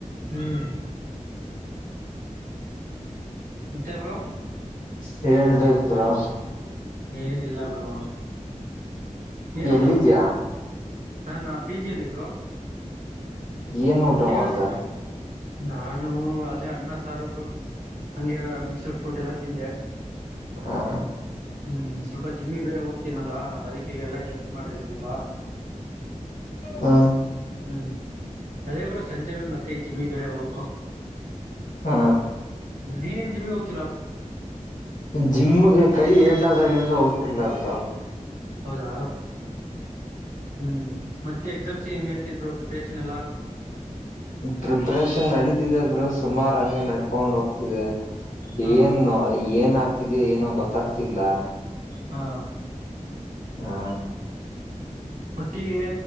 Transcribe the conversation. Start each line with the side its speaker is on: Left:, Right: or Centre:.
Right: ಹ್ಮ್ ಮತ್ತೆ ಬ್ರೋ
Left: ಹೇಳ್ಬೇಕ ಬ್ರೋ
Right: ಏನಿಲ್ಲ ಬ್ರೋ ಏನ್
Left: ಎಲ್ಲಿದ್ಯಾ
Right: ಊಟ ಮಾಡ್ದ ನನ್ ಪಿಜಿಯಲ್ಲಿ ಬ್ರೋ
Left: ಏನ್ ಊಟ
Right: ಈಗ
Left: ಮಾಡ್ದ
Right: ಅದು ನಾನು ಅದೇ ಅನ್ನ ಸಾಂಬಾರ್. ಸಾರ್ ಬ್ರೋ ಹಂಗೆ ಮಿಕ್ಸಡ ಪ್ರೂಟ್ ಎಲ್ಲಾ ತಿಂದೆ
Left: ಹ
Right: ಹ್ಮ್ ಸ್ವಲ್ಪ ಜಿಮ್ಮಿಗೆ ಬೇರೆ ಹೋಗಬೇಕ ತಿನ್ನಲ್ಲಾ ಅದಕ್ಕೆ ಎಲ್ಲಾ ಡಯಟ ಮಾಡಿದೆ ಸ್ವಲ್ಪ
Left: ಹಾ
Right: ಹ್ಮ್ ಅದೇ. ಸಂಜೆ ಮೇಲೆ ಮಾಡ್ತೀನಿ ಮತ್ತೆ ಈ ಜಿಮ್ಮಿಗೆ ಬೇರೆ ಹೋಗ್ಬೆಕು
Left: ಹ
Right: ನೀ ಏನ್ ಜಿಮ್ಮಿಗೆ ಹೋಗ್ತಿಯ
Left: ಜಿಮ್ಗೆ ಕೈ ಎಟ್ ಎಟಾದಗಿಂದ ಹೋಗ್ತಿಲ್ಲ ಬ್ರೋ
Right: ಹೌದಾ ಹ್ಮ್ ಮತ್ತೆ ಎಕ್ಸಾಮ್ಸ್ ಏನ್ ನಡೀತಿದೆ ಬ್ರೋ ಪ್ರಿಪರೇಷನ್ ಎಲ್ಲಾ..
Left: ಪ್ರಿಪ್ರೇಷನ್ ನಡೀತಿದೆ ಬ್ರೋ ಸುಮಾರು ಹಂಗೆ ನಡ್ಕೊಂಡ್ ಹೋಗ್ತಿದೆ
Right: ಹಾ
Left: ಏನು ಏನ್ ಆಗ್ತಿದೆ. ಇವತ್ತಿಗೆ ಏನೊ ಗೊತ್ತಾಗ್ತಿಲ್ಲ
Right: ಹಾ
Left: ಹಾ
Right: ಒಟ್ಟಿಗೆ